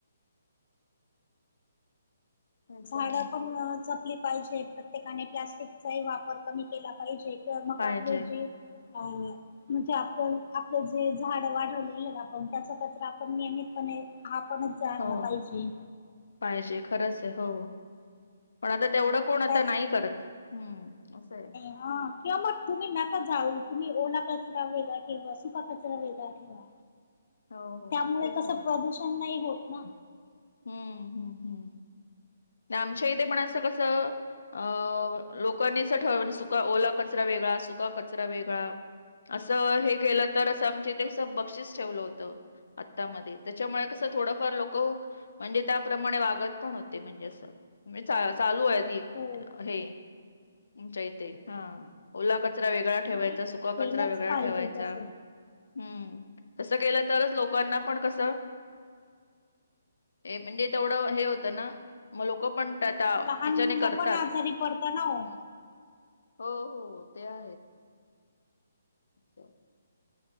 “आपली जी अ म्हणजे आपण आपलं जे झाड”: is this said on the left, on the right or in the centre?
Left